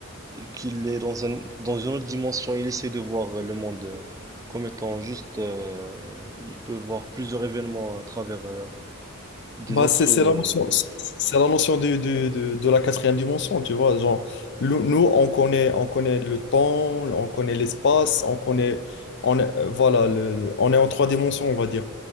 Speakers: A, on the right; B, on the left.
A: qu'il est dans un, dans une autre dimension. Il essaie de voir euh, le monde euh, comme étant juste... euh, il peut voir plusieurs événements à travers euh, des
B: Bah,
A: autres...
B: c'est c'est
A: euh,
B: la notion, c'est c'est la notion du- du- de, de la quatrième dimension, tu vois. Genre, le- nous, on connaît, on connaît le temps, on connaît l'espace, on connaît, on est, euh, voilà, le- le- on est en trois dimensions, on va dire.